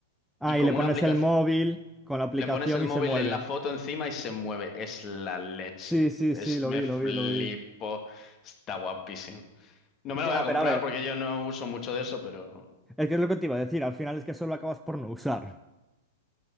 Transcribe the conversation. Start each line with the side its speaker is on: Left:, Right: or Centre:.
Centre: Ah,
Left: y con
Centre: y le
Left: una
Centre: pones
Left: aplicación
Centre: el móvil con la aplicación
Left: le pones el móvil
Centre: y se mueve.
Left: en la foto encima y se mueve. Es la leche.
Centre: Sí, sí,
Left: Es,
Centre: sí, lo
Left: me
Centre: vi,
Left: flipo.
Centre: lo vi, lo vi.
Left: Está guapísimo. No me la
Centre: Ya,
Left: voy a comprar
Centre: pero a ver,
Left: porque yo no uso mucho de eso, pero...
Centre: es que es lo que te iba a decir, al final es que eso lo acabas por no usar.